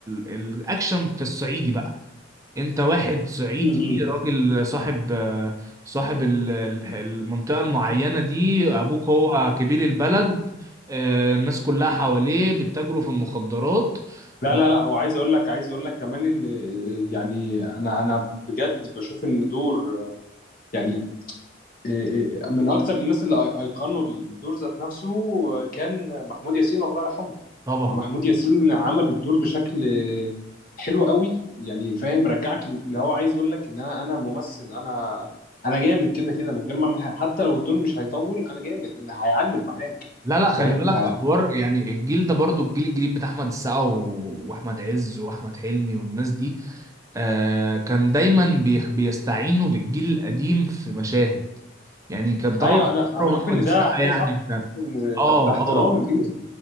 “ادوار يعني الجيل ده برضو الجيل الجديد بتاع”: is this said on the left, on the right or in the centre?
Right